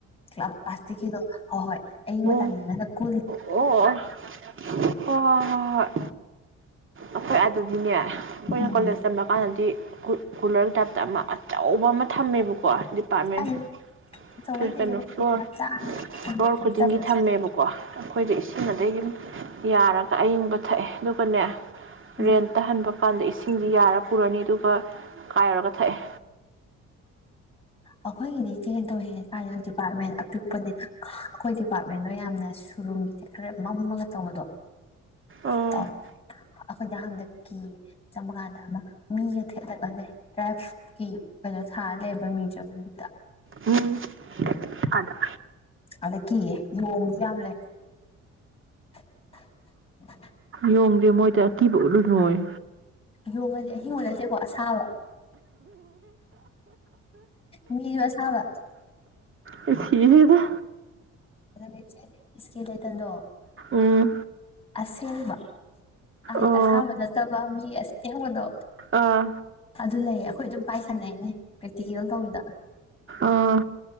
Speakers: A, on the left; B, on the right.
A: ꯀ꯭ꯂꯥꯁꯇꯤꯛ ꯀꯤꯗꯣ ꯍꯣ ꯍꯣꯏ ꯑꯥꯏꯪꯕ
B: ꯑꯣ
A: ꯇꯥꯅꯤꯡꯉꯒꯅ ꯈꯣ
B: ꯑꯣ ꯑꯣ ꯍꯣ ꯍꯣꯏ ꯍꯣ ꯍꯣꯏ ꯑꯈꯣꯏ ꯑꯗꯨꯗꯤꯅꯦ ꯈꯣꯏꯅ
A: ꯎꯝ
B: ꯀꯣꯂꯦꯖ ꯇꯝꯕ ꯀꯥꯟꯗꯗꯤ ꯀꯨ ꯀꯨꯂꯔ ꯇꯥꯏꯞꯇ ꯑꯃ ꯑꯆꯧꯕ ꯑꯃ ꯊꯝꯃꯦꯕꯀꯣ ꯗꯤꯄꯥꯔꯠꯃꯦꯟ
A: ꯀꯥꯏ ꯑꯆꯧꯕ
B: ꯀꯩꯅꯣ
A: ꯅꯠꯇꯦ ꯏꯆꯦ ꯑꯩꯈꯣꯏꯒꯤ
B: ꯐ꯭ꯂꯣꯔ
A: ꯃꯆꯥꯅꯤ ꯎꯝ
B: ꯐ꯭ꯂꯣꯔ
A: ꯐꯤꯜꯇꯔ
B: ꯈꯨꯗꯤꯡꯒꯤ
A: ꯃꯆꯥ
B: ꯊꯝꯃꯦꯕꯀꯣ ꯈꯣꯏꯗ ꯏꯁꯤꯡ ꯑꯗꯩ ꯌꯨꯝ ꯌꯥꯔꯒ ꯑꯏꯪꯕ ꯊꯛꯑꯦ ꯑꯗꯨꯒꯅꯦ
A: ꯎꯝ
B: ꯔꯦꯟꯇ ꯍꯟꯕ ꯀꯥꯟꯗ ꯏꯁꯤꯡꯖꯤ ꯌꯥꯔ ꯄꯨꯔꯅꯤ ꯗꯨꯒ ꯀꯥꯏꯔꯒ ꯊꯛꯑꯦ
A: ꯑꯣ ꯑꯩꯈꯣꯏꯒꯤꯗꯤ ꯏꯆꯦ ꯇꯧꯋꯦ <unintelligible> ꯗꯤꯄꯥꯔꯠꯃꯦꯟ ꯑꯄꯤꯛꯄꯅꯦ ꯑꯈꯣꯏ ꯗꯤꯄꯥꯔꯠꯃꯦꯟꯗꯣ ꯌꯥꯝꯅ ꯁꯨꯔꯨꯡꯒꯤꯗ ꯈꯔ ꯃꯝꯃꯒ ꯇꯧꯕꯗꯣ <unintelligible>
B: ꯎꯝ
A: ꯑꯈꯣꯏꯗꯤ ꯍꯟꯗꯛꯀꯤ ꯆꯪꯕ ꯀꯥꯟꯗ ꯑꯃ ꯃꯤꯒ ꯊꯦꯠꯂꯒꯟꯗꯦ ꯇ꯭ꯔꯥꯏꯐꯀꯤ ꯀꯩꯅꯣ ꯊꯥ ꯂꯩꯑꯕ ꯃꯌ꯭ꯨꯖꯝ ꯒꯤꯗ
B: ꯎꯝ ꯑꯥꯗ
A: ꯑꯗ ꯀꯤꯌꯦ ꯌꯣꯡꯖꯨ ꯌꯥꯝꯂꯩ <unintelligible>
B: ꯌꯣꯡꯗꯦ ꯃꯣꯏꯗꯤ ꯑꯇꯤꯕꯔꯨ ꯅꯨꯉꯣꯏ
A: ꯌꯣꯉꯗꯤ ꯑꯍꯤꯡ ꯑꯣ ꯅꯠꯇꯦꯀꯣ ꯑꯁꯥꯕ ꯃꯤꯁꯨ ꯑꯁꯥꯕ
B: ꯐꯗ
A: ꯑꯗꯨ ꯏꯁꯀꯦ ꯂꯩꯇꯟꯗꯣ
B: ꯎꯝ
A: ꯑꯁꯦꯡꯕ ꯍꯥꯏꯗꯤ
B: ꯑꯣ
A: ꯑꯁꯥꯕ ꯅꯠꯇꯕ ꯃꯤ ꯑꯁꯦꯡꯕꯗꯣ
B: ꯑꯥ
A: ꯑꯗꯨ ꯂꯩꯌꯦ ꯑꯩꯈꯣꯏ ꯑꯗꯨꯝ ꯄꯥꯏꯁꯅꯩꯅꯦ ꯐꯛꯇꯤ ꯀꯦꯜꯗ ꯑꯣꯏꯗ
B: ꯑꯥ